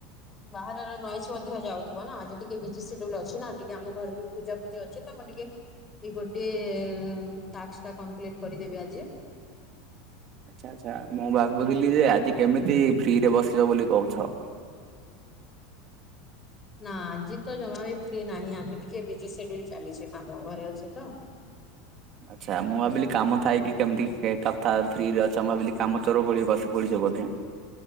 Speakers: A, on the left; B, on the right.
A: ବାହାରର ନଏଜ୍ ମଧ୍ୟ ଯାଉଥିବ ନା ଆଜି ଟିକେ ବିଜି ସେଡି୍ୟୁଲ ଅଛି ନା ଟିକେ ଆମ ଘରେ ବି ପୂଜାପୂଜି ଅଛି ତ ମୁଁ ଟିକିଏ। ଏଇ ଗୋଟିଏ ଟାସ୍କ ଟା କମ୍ପ୍ଲିଟ କରିଦେବି ଆଜି।
B: ଆଚ୍ଛା ଆଚ୍ଛା ମୁଁ ଭାବୁଥିଲି ଯେ ଆଜି କେମିତି ଫ୍ରି ରେ ବସିିବ ବୋଲି କହୁଛ।
A: ନା ଆଜି ତ ଜମା ବି ଫ୍ରି ନାହିଁ ଆଜି ଟିକେ ବିଜି ସେଡ୍ୟୁଲ ଚାଲିଛି କାମ ଘରେ ଅଛି ତ।
B: ଆଚ୍ଛା ମୁଁ ଭାବିଲି କାମ ଥାଇକି କେମିତି କଥା ଫ୍ରିରେ ଅଛ ମୁଁ ଭାବିଲି କାମ ଚୋର ଭଳି ବସି ପଡିଛ ବୋଧେ।